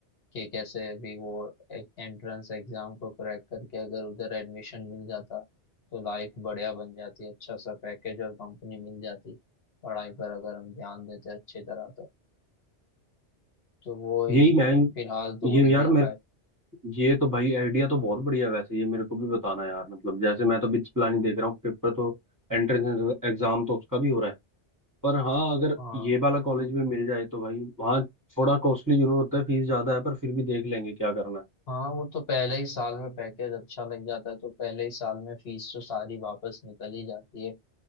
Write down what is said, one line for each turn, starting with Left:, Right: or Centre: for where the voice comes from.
Left: कि कैसे भी वो एक एंट्रेंस एग्जाम को क्रैक करके अगर उधर एडमिशन मिल जाता तो लाइफ बढ़िया बन जाती अच्छा सा पैकेज और कंपनी मिल जाती पढ़ाई पर अगर हम ध्यान देते अच्छी तरह तो तो वो ही
Right: यही मैं
Left: फिलहाल तो
Right: ये
Left: वही
Right: यार
Left: देखा
Right: मेरे
Left: है
Right: ये तो भाई आइडिया तो बहुत बढ़िया है वैसे ये मेरे को भी बताना यार मतलब जैसे मैं तो बिच प्लानिंग देख रहा हूँ पेपर तो एंट्रेंस एग्जाम तो उसका भी हो रहा है पर हाँ अगर
Left: हाँ
Right: ये वाला कॉलेज भी मिल जाए तो भाई वहाँ थोड़ा कॉस्टली जरूर होता है फीस ज्यादा है पर फिर भी देख लेंगे क्या करना है
Left: हाँ वो तो पहले ही साल में पैकेज अच्छा लग जाता है तो पहले ही साल में फीस तो सारी वापस निकल ही जाती है